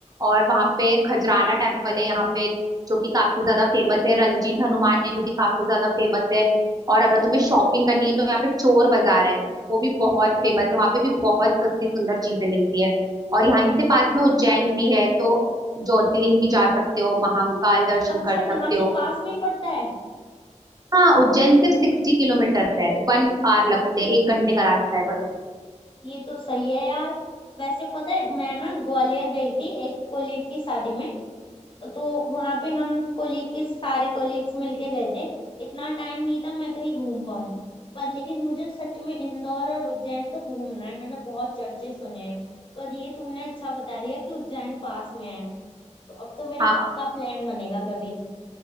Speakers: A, on the right; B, on the left.
A: और वहाँ पे खजराना टेम्पल है यहाँ पे जो कि काफी ज्यादा फेमस है रंजीत हनुमान है जो कि काफी ज्यादा फेमस है और अगर तुम्हें शॉपिंग करनी है तो यहाँ पे चोर बाजार है वो भी बहुत फेमस है वहाँ पे भी बहुत सस्ती सुंदर चीजें मिलती है और यहाँ इससे पास में उज्जैन भी है तो ज्योतिर्लिंग भी जा सकते हो महाकाल दर्शन
B: अच्छा
A: कर सकते
B: यहाँ
A: हो
B: से पास में ही पड़ता है
A: हाँ उज्जैन
B: ये
A: सिर्फ सिक्सटी किलोमीटर है वन आवर लगते हैं एक घंटे का रास्ता है बस
B: ये तो सही है यार वैसे पता है मैं ना ग्वालियर गई थी एक कोलीग की शादी में तो वहां पे हम कोलीग के सारे कोलीग्स मिलके गए थे इतना टाइम नहीं था मैं कहीं घूम पाऊँ पर लेकिन मुझे सच में इंदौर और उज्जैन तो घूमना है मैंने बहुत चर्चे सुने हैं पर ये तुमने अच्छा बता दिया कि उज्जैन पास में है तो अब तो मेरा
A: हाँ
B: पक्का प्लान बनेगा कभी